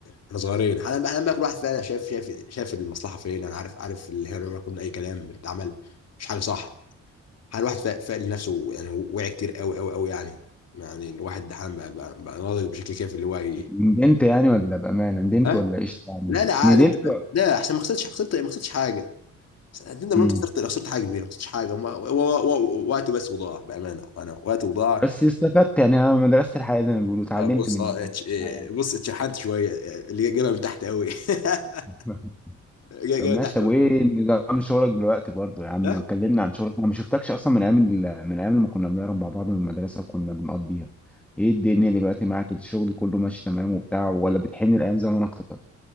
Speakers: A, on the left; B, in the centre.
A: احنا صغيرين حالا بقى حالا بقى كل واحد فينا شايف شايف شايف المصلحه فين انا عارف عارف اللي احنا بنعمله كنا اي كلام بيتعمل مش حاجه صح حالا الواحد فاق فاق لنفسه يعني وعي كتير قوي قوي قوي يعني يعني الواحد حالا بقى, بقى, بقى ناضج بشكل كافي اللي هو ي-
B: ندمت يعني ولا بأمانة ندمت
A: ها
B: ولا ايش يعني
A: لا لا عادي
B: ندمت
A: لا احسن ما خسرتش خسرت ما خسرتش حاجه تندم
B: مم.
A: ان انت خسرت خسرت حاجه كبيره ما خسرتش حاجه وما- و- و- و- وقت بس وضاع بامانه وانا وقت وضاع
B: بس استفدت يعني انا مدرسة الحياة زي ما بيقولوا اتعلمت
A: آه، بص
B: من
A: اه
B: من
A: اتش- آه،
B: الحياة
A: بص اتشحنت شويه آه، اللي جابها من تحت قوي <laughs>
B: <laughs>
A: جابها
B: طب ماشي
A: من تحت
B: طب
A: قوي
B: وايه نظام شغلك دلوقتي برضه يا عم
A: لا
B: كلمنا عن شغلك انا ما شفتكش اصلا من ايام ال- من ايام لما كنا بنهرب مع بعض من المدرسة كنا بنقضيها ايه الدنيا دلوقتي معاك الشغل كله ماشي تمام وبتاع ولا بتحن الايام زمان اكتر